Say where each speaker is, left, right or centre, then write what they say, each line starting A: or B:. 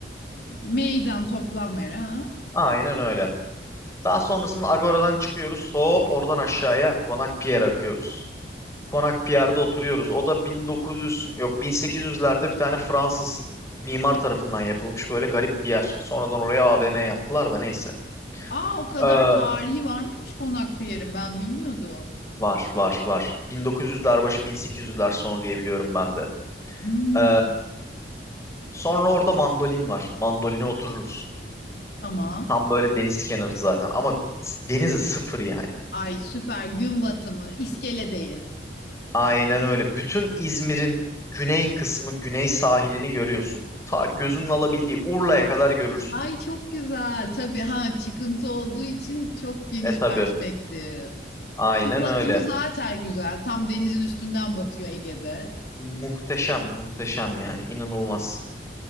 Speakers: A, on the left; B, on the left.
A: Meydan toplanma yeri. Ha?
B: Aynen öyle. Daha sonrasında Agora'dan çıkıyoruz. Hop oradan aşağıya Konak Pier akıyoruz. Konak
A: Tamam.
B: Pierre'de oturuyoruz. O da 1900 yok 1800'lerde bir tane Fransız mimar tarafından yapılmış böyle garip bir yer. Sonradan oraya AVM yaptılar da neyse.
A: Aa o kadar
B: Ee,
A: tarihi var mıymış Konakpınar'ın? Ben bilmiyordum.
B: var var var. 1900'ler başı 1800'ler sonu diyebiliyorum ben de.
A: Hmm,
B: Ee, sonra orada mandolin var. Mandoline otururuz.
A: tamam.
B: Tam böyle deniz kenarı zaten ama s- denize sıfır yani.
A: Ay süper. Gün batımı. İskeledeyiz.
B: Aynen öyle. Bütün İzmir'in güney kısmı, güney sahilini görüyorsun. Ta gözünün alabildiği Urla'ya kadar görürsün.
A: Ay çok güzel. Tabii ha çıkıntı olduğu için çok geniş
B: E tabi
A: perspektif.
B: Aynen
A: Gün batımı
B: öyle.
A: zaten güzel. Tam denizin üstünden batıyor Ege'de.
B: Muhteşem, muhteşem yani inanılmaz.